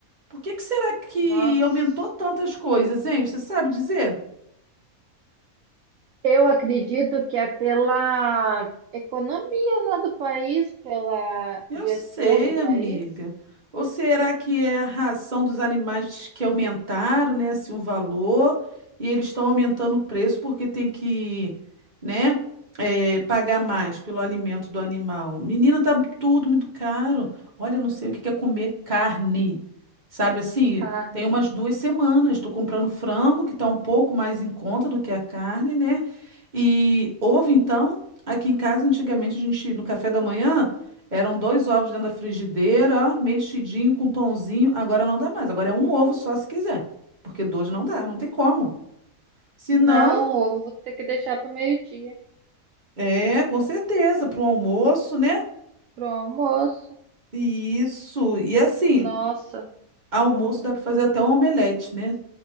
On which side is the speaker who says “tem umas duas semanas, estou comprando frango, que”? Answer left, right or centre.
Right